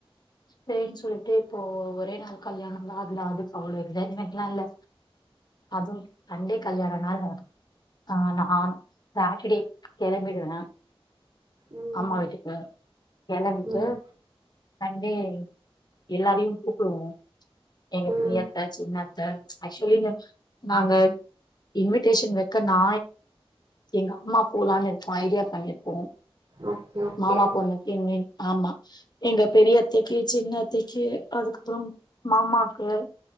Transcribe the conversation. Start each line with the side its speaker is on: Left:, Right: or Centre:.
Left: செரினு சொல்லிட்டு இப்போ ஒரே நாள் கல்யாணந் தா அதுல அதுக்கு அவ்வள எக்ஸைட்மெண்ட்லா இல்ல அதும் சண்டே கல்யாணனால ஆ நா சாட்டர்டே கெளம்பிடுவே
Right: ம்
Left: அம்மா வீட்டுக்கு கெளம்பிட்டு
Right: ம்
Left: டேய் எல்லாரையு கூப்டுவோ எங்க
Right: ம்
Left: பிள்ள அத்த சின்னத்த ஆக்சுவலி நாங்க இன்விடேஷன் வைக்க நா எங்க அம்மா போலான்னு இருக்கோ ஐடியா பண்ணிருக்கோ
Right: ஓகே ஓகே
Left: மாமா பொண்ணுக்கு இனி ஆமா எங்க பெரிய அத்தைக்கு சின்ன அத்தைக்கு அதுக்கப்றோ மாமாக்கு